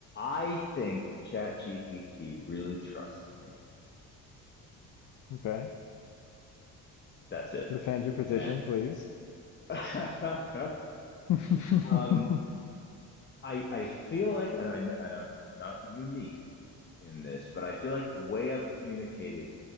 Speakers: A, on the left; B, on the left.
A: I think ChatGPT really trusts me.
B: Okay.
A: That's it.
B: Defend your position,
A: Eh.
B: please.
A: <laughs>
B: <laughs> Hmm,
A: um, I I feel like, and I know, and I'm I'm not unique in this, but I feel like the way I've communicated